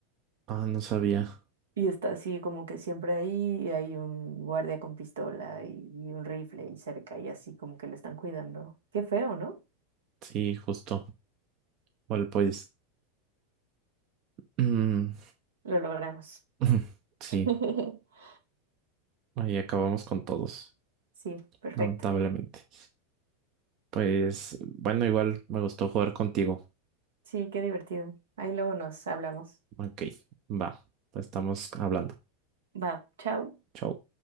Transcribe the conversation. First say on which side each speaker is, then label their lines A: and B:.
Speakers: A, on the right; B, on the right.
A: Ah, no sabía.
B: Y está así como que siempre ahí y hay un guardia con pistola y, y un rifle y cerca y así como que lo están cuidando. Qué feo, ¿no?
A: Sí, justo. Bueno, pues. mm,
B: Lo logramos.
A: <laughs> sí,
B: <laughs>
A: ahí acabamos con todos,
B: Sí, perfecto.
A: lamentablemente. Pues, bueno, igual me gustó jugar contigo.
B: Sí, qué divertido. Ahí luego nos hablamos.
A: Ok, va. Pues estamos hablando.
B: Va, chao.
A: Chao.